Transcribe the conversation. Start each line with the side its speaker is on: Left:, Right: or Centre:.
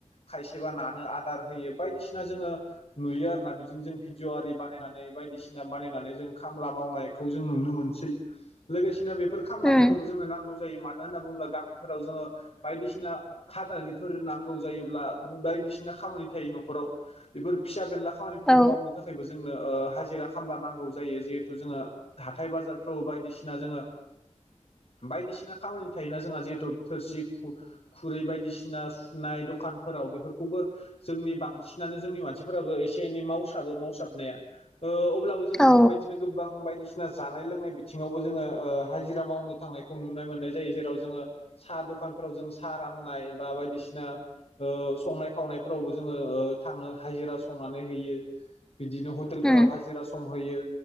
Left: खायसेबा नानो आदार होयो बायदिसिना जोङो नुयो आरोना बिदिनो जों भिडिअ' आरि बानायनानै बायदिसिना बानायनानै जों खामला मावनायखौ जों नुनो मोनसै। लोगोसेनो बेफोर खामलाफोरखौबो
Centre: उम
Left: जोंनो नांगौ जायो मानो होनना बुङोब्ला गामिफोराव जोङो बायदिसिना खादानिफोर नांगौ जायोब्ला बायदिसिना खामानि थायो न'खराव बेफोर फिसा बेनला खामानिफोरखौ
Centre: औ
Left: मावनो थाखायबो जोंनो हाजिरा खामला नांगौ जायो जिहेथु जोंङो हाथाय बाजार बायदिसिना जोङो बायदिसिना खामानि थायोना जोंहा जिहेथु थोरसि खु रै बायदिसिना सुनाय दखानफोराव बेफोरखौबो जोंनि बांसिनानो जोंनि मानसिफोराबो एसे एनै मावसाबो मावसाबनाया। ओ अब्लाबो जोङो
Centre: औ
Left: बेफोरबायदिनो गोबां बायदिसिना जानाय लोंनाय बिथिङावबो जोङो ओ हाजिरा मावनो थांनायखौ नुनाय मोननाय जायो जेराव जोङो सा दखानफोराव जों सा राननाय बा बायदिसिना ओ संनाय खावनायफोरावबो जोङो ओ थाङो हाजिरा संनानै हैयो। बिदिनो हटेलफोराव
Centre: उम
Left: हाजिरा संहैयो